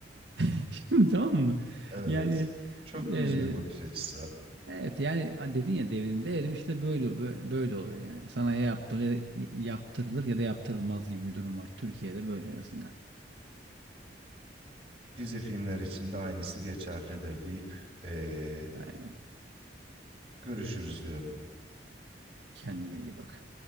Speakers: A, on the right; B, on the right.
A: <laughs> Şimdi tamam mı?
B: Evet.
A: Yani
B: Çok
A: e,
B: düz bir bakış açısı.
A: Evet yani dedin ya devrimde erim işte böyle bö- böyle oluyor yani. Sana ya yaptırılır, yaptırılır ya da yaptırılmaz gibi bir durum var. Türkiye'de böyle en azından.
B: Dizi filmler için de aynısı geçerlidir deyip eee,
A: Aynen.
B: görüşürüz diyorum.
A: Kendine iyi bak.